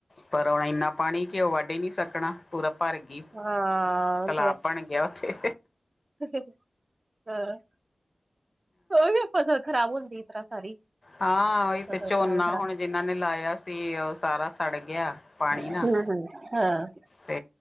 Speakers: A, on the left (about 45°); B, on the right (about 40°).
A: ਪਰ ਉਹੁਣ ਇੰਨਾ ਪਾਣੀ ਕਿ ਉਹ ਵੱਢ ਹੀ ਨਹੀਂ ਸਕਣਾ ਪੂਰਾ ਭਰ ਗਈ
B: ਹਾਂ
A: ਤਲਾਬ ਬਣ ਗਈਆਂ ਉੱਥੇ
B: ਹੂ ਹਾ ਪਤਾ ਕੀ ਫਸਲ ਖ਼ਰਾਬ ਹੁੰਦੀ। ਇਸ ਤਰ੍ਹਾਂ ਸਾਰੀ
A: ਹਾਂ ਉਹੀ ਤੇ
B: ਫਸਲ
A: ਝੋਨਾ
B: ਖਰਾਬ ਕਰਾ
A: ਹੁਣ ਜਿਨਾਂ ਨੇ ਲਾਇਆ ਸੀ ਉਹ ਸਾਰਾ ਸੜ ਗਿਆ ਪਾਣੀ
B: ਹੂੰ,
A: ਨਾਲ
B: ਹੂੰ। ਹਾਂ
A: ਤੇ